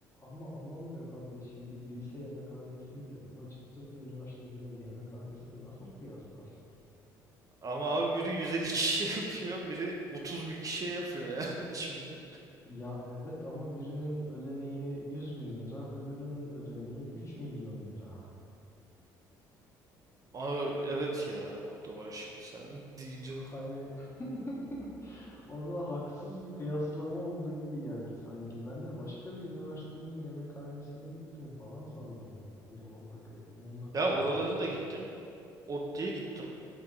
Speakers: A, on the left; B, on the right.
A: ama aman be kardeşim bir lise yemekhanesiyle Hacettepe Üniversitesi'nin yemekhanesini nasıl kıyaslarsın?
B: Ama abi biri 150 kişiye <laughs> yapıyor, biri 30 bin kişiye yapıyor yani <laughs> şimdi.
A: Ya evet ama birinin ödeneği 100 bin lira, öbürünün ödeneği 3 milyon lira.
B: Aa, evet ya o da var şimdi sen <laughs> deyince.
A: Hani <laughs> o da haksız bir kıyaslama olduğu gibi geldi sanki. Ben de başka bir üniversitenin yemekhanesine gittin falan sandım. Hani oradaki onunla kıyaslıyorsun.
B: Ya oralara da gittim. Otlu'ya gittim.